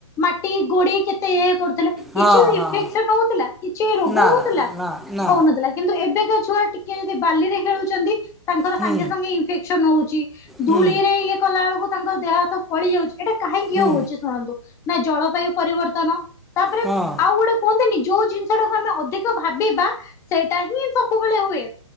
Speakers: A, on the left; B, in the centre.
A: ମାଟି ଗୋଡି଼ କେତେ ଇଏ କରୁଥିଲେ କିଛି
B: ହଁ ହଁ
A: ଇଫେକସନ୍ ହଉଥିଲା କିଛି ରୋଗ
B: ନା
A: ହଉଥିଲା।
B: ନା ନା।
A: ହଉନଥିଲା କିନ୍ତୁ ଏବେକା ଛୁଆ ଟିକେ ଯଦି ବାଲିରେ ଖେଳୁଛନ୍ତି। ତାଙ୍କର
B: ହୁଁ
A: ସାଙ୍ଗେ ସାଙ୍ଗେ ଇନଫେକ୍ସନ ହଉଛି
B: ହୁଁ
A: ଧୂଳି ରେ ଇଏ କଲା ବେଳକୁ ତାଙ୍କର ଦେହ ହାତ ଫଳି ଯାଉଛି। ଏଇଟା କାହିଁକି
B: ହୁଁ
A: ହଉଛି ଶୁଣନ୍ତୁ ନା ଜଳବାୟୁ ପରିବର୍ତ୍ତନ ତାପରେ
B: ହଁ
A: ଆଉ ଗୋଟେ କୁହନ୍ତିନି ଯୋଉ ଜିନିଷ ଟାକୁ ଆମେ ଅଧିକ ଭାବିବା ସେଇଟା ହିଁ ସବୁବେଳେ ହୁଏ।